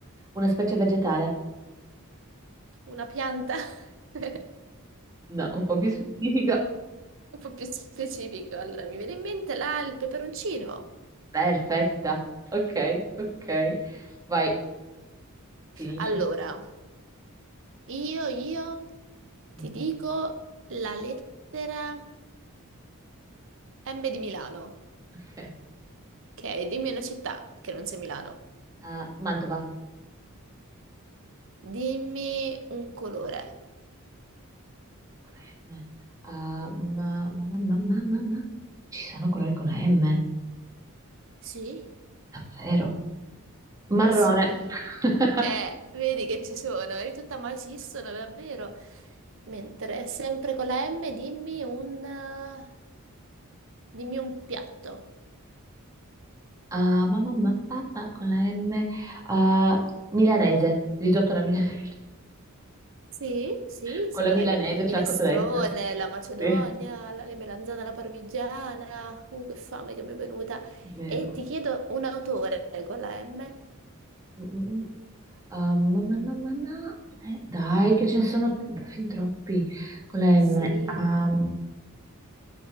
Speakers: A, on the right; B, on the right.
A: Una specie vegetale.
B: una pianta, <laughs> un
A: No, un po' più specifica.
B: po' più specifico. Allora, mi viene in mente là il peperoncino.
A: Perfetta. Ok, ok. Vai, finisci.
B: Allora, io, io
A: Mhm.
B: ti dico la lettera M di Milano,
A: Ok.
B: ok? Dimmi una città che non sia Milano.
A: Ah, Mantova.
B: Dimmi un colore.
A: Con la M. Ah, ma, ma, ma, ma, ma, ma, ma. Ci sono colori con la M,
B: Sì?
A: davvero. Marrone.
B: Eh sì.
A: <laughs>
B: Eh, vedi che ci sono, eri tutta ma esistono davvero. Mentre sempre con la M dimmi un eh, dimmi un piatto.
A: Ah, ma, ma, ma, ma, ma, con la M. Ah, milanese. Risotto alla milanese.
B: Sì, sì,
A: <laughs> Con
B: sono
A: la milanese
B: dai mine- minestrone,
A: c'è la cotoletta.
B: la macedonia,
A: Sì.
B: la, le melanzane alla parmigiana. Uh, che fame che mi è venuta.
A: Vero.
B: E ti chiedo un autore con la M?
A: Mm, ah, mamma, mamma, mamma, con la- dai, che ce ne sono fin troppi con la
B: Sì.
A: M. Ah,